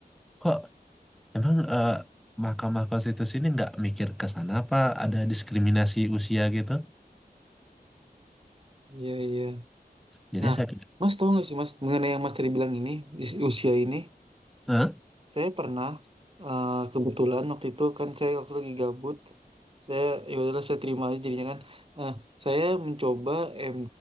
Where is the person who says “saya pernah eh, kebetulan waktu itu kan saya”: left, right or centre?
Right